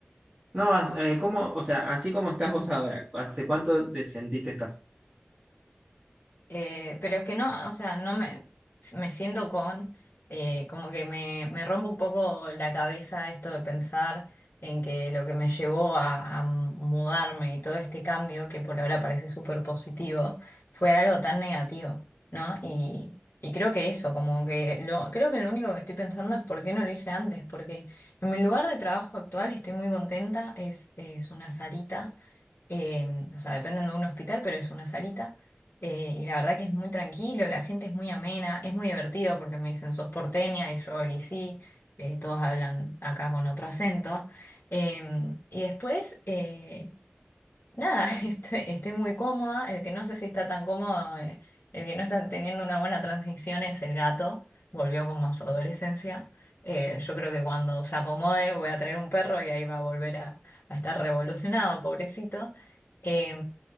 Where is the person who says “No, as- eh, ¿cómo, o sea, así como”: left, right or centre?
Right